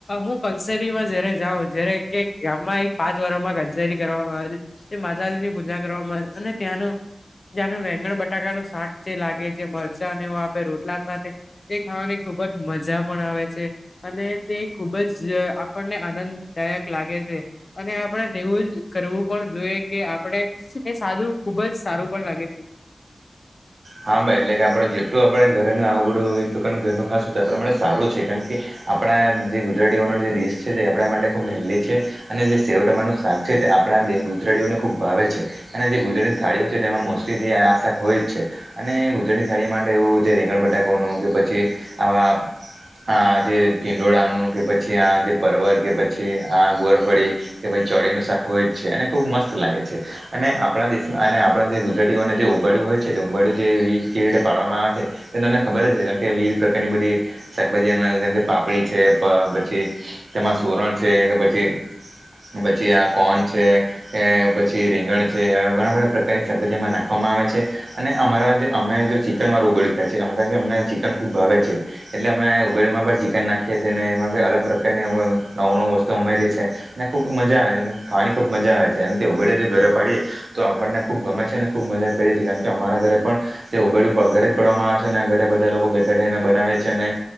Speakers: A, on the left; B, on the right.
A: હું કંસેરીમાં જયારે જાઉં જય કે ગામમાં એક પાંચ વર્ષમાં કંચેરી કરવામાં આવે છે, તે માતાજીની પૂજા કરવામાં આવે અને ત્યાંનું તનું વેંગણ બટાકા નું શાક, જે લાગે જે મરચાં ને આપે રોટલા સાથે એ ખાવાની ખુબ જ મજા પણ આવે છે, અને તે ખુબ જ આપણને આનંદદાયક લાગે છે. અને આપણે એવું જ કરવું પણ જોઈએ કે આપણે એ સાધું ખુબ જ સારું પણ લાગે છે.
B: હા, ભાઈ એટલે કે આપડે જેટલું આપડે ઘરેનું આવું બધું ઘરનું ખાસું આપ સારું છે કારણ કે આપણા જે ગુજરાતીઓન જે ડડીશ છે, તે આપણા માટે ખૂબ હેલ્ધી છે અને જે સેવ ટાટું શાક છે. તે આપણા ગુજરાતીઓને ખુબ ભાવે છે અને જે ગુજરાતીની થાળીઓ છે, તેમાં મોસ્ટલી જે આશાક હોય જ છે. અને ગુજરડી થાળી માટે, એવું છે રીંગણ બટાકોનું કે પછી આવા આ જે દીંડોળનું કે પછી આ જે પવર કે પછી આ ગોરફળી કે પછી ચડીનું શાખ હોય જ છે, અને ખુબ મસ્ત લાગે છે, અને આપણા દેશમાં અને આપણા જે ગુજરાતીઓને જે ઉબાડ્યું હોય છે, તો ઉંડ્યું જે કેવી રીતે પાડવામાં આવે છે. તે તમને ખબર જ છે. કેમ કે વિવિધ પ્રકારની બધી શાકભાજી જે પાપડી છે, પછી તેમાં સુરણ છે, કે પછી પછી આ કોન છે, પછી રીંગણ છે, ઘણા બધા પ્રકારની શાકભાજીમાં નાખવા આવે છે, ને અમારા જે અમે જો ચિકન માર ઉબળ્યું ખાયએ છેીએ આમ કારણ કે અમને ચિકન ખૂબ ભાવે છે, એટલે અમે ઉબેળમાં ચિકન નાખીએ છીએ ને એમાં અલગ પ્રકારની નવું નવું વસ્તુ ઉમેરીએ છી ને ખુબ મજા આવે છે. પાની ખૂબ મજા આવે છે, અને તે ઉડે જો ઘરે પાડીએ તો આપણને ખુબ ગમે છે, અને ખૂબ મજા કરીએ છીએણ કે અરા ઘરે પણ તે ઉડ ઘરે જ પડવામાં આવે છે, ઘરે બધા લોકો ભેગા થને બનાવે છે. ને